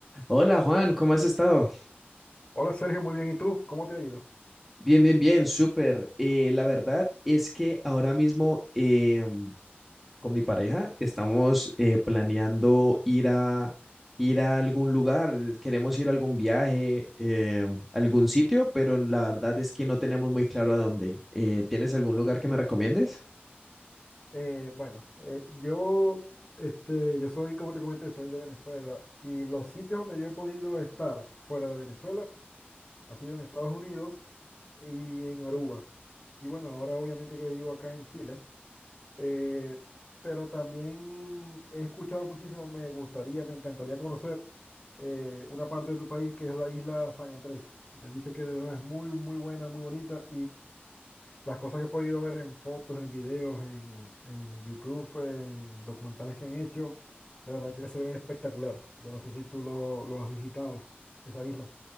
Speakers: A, in the centre; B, on the left (about 25°).
A: Hola Juan, ¿cómo has estado?
B: Hola Sergio, muy bien. ¿Y tú? ¿Cómo te ha ido?
A: Bien, bien, bien, súper. Eh, la verdad es que ahora mismo eh, con mi pareja estamos eh, planeando ir a, ir a algún lugar, eh, queremos ir a algún viaje, eh, algún sitio, pero la verdad es que no tenemos muy claro a dónde. Eh, ¿tienes algún lugar que me recomiendes?
B: Eh, bueno, eh, yo, este, yo soy, como te comenté, soy de Venezuela y los sitios donde yo he podido estar fuera de Venezuela ha sido en Estados Unidos y en Aruba. Y bueno, ahora obviamente que vivo acá en Chile, eh, pero también he escuchado muchísimo, me gustaría, me encantaría conocer eh, una parte de tu país que es la isla San Andrés. Me han dicho que de verdad es muy, muy buena, muy bonita Las cosas que he podido ver en fotos, en videos, en, en YouTube, en documentales que han hecho, la verdad que se ve espectacular. Yo no sé si tú lo, lo has visitado, esa isla,